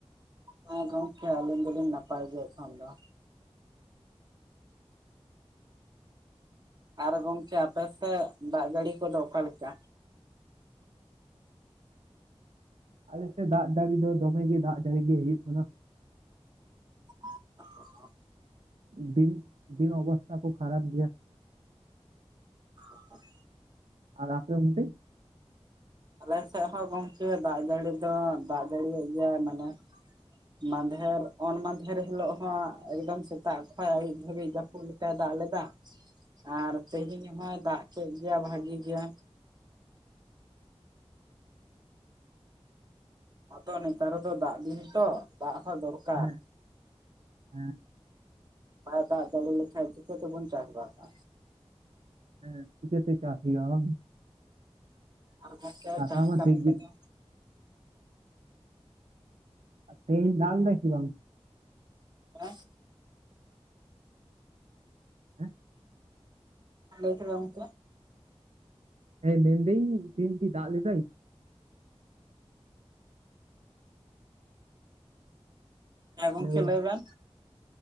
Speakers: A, on the right; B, on the right.
A: ᱦᱮᱸ ᱜᱚᱝᱠᱮ ᱟᱹᱞᱤᱧ ᱫᱚᱞᱤᱧ ᱱᱟᱯᱟᱭ ᱜᱮᱭᱟ ᱮᱠᱷᱚᱱ ᱫᱚ᱾ ᱟᱨ ᱜᱚᱝᱠᱮ ᱟᱯᱮᱥᱮᱫ ᱫᱟᱜ ᱡᱟᱹᱲᱤ ᱠᱚᱫᱚ ᱚᱠᱟᱞᱮᱠᱟ?
B: ᱟᱞᱮᱥᱨᱫ ᱫᱟᱜ ᱡᱟᱹᱲᱤ ᱫᱚ ᱫᱚᱢᱮ ᱜᱮ ᱫᱟᱜ ᱡᱟᱹᱲᱤ ᱜᱮ ᱦᱩᱭᱩᱜ ᱠᱟᱱᱟ᱾
A: <inaudible>
B: ᱫᱤᱱ ᱫᱤᱱ ᱚᱵᱚᱥᱛᱷᱟ ᱠᱚ ᱠᱷᱟᱨᱟᱯ ᱜᱮᱭᱟ᱾
A: ᱚ <inaudible>
B: ᱟᱨ ᱟᱯᱮ ᱚᱱᱛᱮ?
A: ᱟᱞᱮ ᱥᱮᱫ ᱦᱚᱸ ᱜᱚᱝᱠᱮ ᱫᱟᱜ ᱡᱟᱹᱲᱤ ᱫᱚ ᱫᱟᱜ ᱡᱟᱹᱲᱤᱭᱮᱜ ᱜᱮᱭᱟᱭ ᱢᱟᱱᱮ ᱢᱟᱫᱮᱨ ᱚᱱ ᱢᱟᱫᱮᱨ ᱦᱤᱞᱳᱜ ᱦᱚᱸ ᱮᱠᱫᱚᱢ ᱥᱮᱛᱟᱜ ᱠᱷᱚᱱ ᱟᱹᱭᱩᱵ ᱫᱷᱟᱹᱵᱤᱡ ᱯᱩᱫ ᱞᱮᱠᱟᱭ ᱫᱟᱜ ᱞᱮᱫᱟᱭ ᱟᱨ ᱛᱮᱦᱮᱧ ᱦᱚᱭ ᱫᱟᱜ ᱠᱮᱫ ᱜᱮᱭᱟ ᱵᱷᱟᱜᱤ ᱜᱮ᱾ ᱟᱫᱚ ᱱᱮᱛᱟᱨ ᱫᱟᱜ ᱫᱚ ᱫᱟᱜ ᱫᱤᱱ ᱛᱚ ᱫᱟᱜ ᱦᱚᱸ ᱫᱚᱨᱠᱟᱨ᱾
B: ᱦᱮᱸ ᱦᱮᱸ
A: ᱵᱟᱭ ᱫᱟᱜ ᱡᱟᱲᱤ ᱞᱮᱠᱷᱟᱱ ᱪᱤᱠᱟᱹ ᱛᱮᱵᱚᱱ ᱪᱟᱥᱵᱟᱥᱟ᱾
B: ᱦᱮᱸ ᱪᱤᱠᱟᱹᱛᱮ ᱪᱟᱥ ᱦᱩᱭᱩᱜ-ᱟ ᱵᱟᱝ?
A: ᱟᱨ ᱜᱚᱝᱠᱮ
B: ᱠᱟᱛᱷᱟ
A: ᱪᱟᱥ
B: ᱢᱟ
A: ᱠᱟᱹᱢᱤ
B: ᱴᱷᱤᱠ ᱜᱮ
A: ᱠᱚᱫᱚ
B: ᱛᱮᱦᱮᱱ ᱫᱟᱜ ᱞᱮᱫᱟᱭ ᱥᱮ ᱵᱟᱝ ᱚᱱᱛᱮ?
A: ᱦᱮᱸ
B: ᱦᱮᱸ
A: ᱞᱟᱹᱭ ᱠᱮᱫᱟ ᱜᱚᱝᱠᱮ?
B: ᱦᱮᱸ ᱢᱮᱱᱫᱟᱹᱧ ᱛᱮᱦᱮᱱ ᱠᱤ ᱫᱟᱜ ᱞᱮᱫᱟᱭ?
A: ᱦᱮᱸ ᱜᱚᱝᱠᱮ
B: ᱦᱮᱞᱳ
A: ᱞᱟᱹᱭ ᱵᱮᱱ᱾